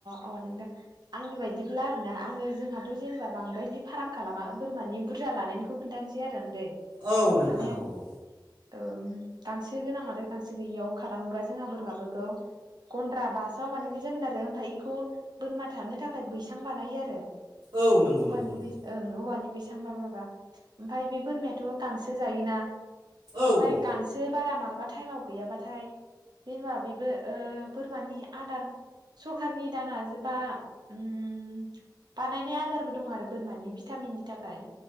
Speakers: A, on the right (about 65°); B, on the right (about 80°).
A: अ नोंदा आंनि बायदि ब्ला आरोना आङो जोंहाथ' जेनेबा बांद्राय दि फाराम खालामा बोरमानि बुरजा लानायनिखौ खोन्थानोसै आरो। <unintelligible>
B: औ नोंथां
A: माने
B: औ औ
A: ओम गांसो गांसो गोनां आरो गांसो गैयियाव खालामोबा जोंहा बोरमाफोरखौ गन्द्रा बासा‌ बानायनाय जागोन आरो ओमफाय इखौ बोरमा थानो थाखाय बैसां बानायो आरो।
B: औ नंगौ
A: औवानि
B: नंगौ नंगौ
A: बैस ओं औवानि बैसांबा माबा ओमफाय बे बोरमायाथ' गांसो जायोना?
B: औ
A: ओमफाय
B: औ
A: गांसो बारा मालाबा थाइमाव गैयाबाथाय जेन'बा बे बे ओ इ आदार सरखारनि दाना सरखारनि आदार बा उम बानायनाय आदारबो दंआरो बोरमानि भिटामिननि थाखाय।